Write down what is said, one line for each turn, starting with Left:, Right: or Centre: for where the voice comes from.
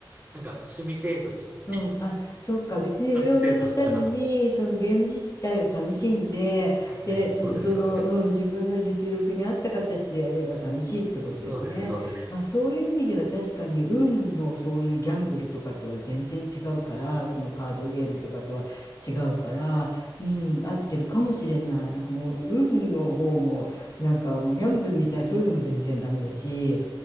Right: なんか趣味程度に
Left: うん、あ、そっか、別に上を目指さずに、
Right: さす程度だったら、
Left: そのゲーム自体を楽しんで、
Right: はいはい、
Left: で、じその、
Right: そうです、そうです。
Left: うん、自分の実力に合った形でやれば楽しいってことですね。
Right: そうです、そうです。
Left: あ、そういう意味では確かに、運のそういうギャンブルとかとは全然違うから、そのカードゲームとかとは違うから、
Right: はい。
Left: うん、合ってるかもしれない。なんかもう、運の方も、なんかもうギャンブルみたいな、そういうのも全然ダメだし、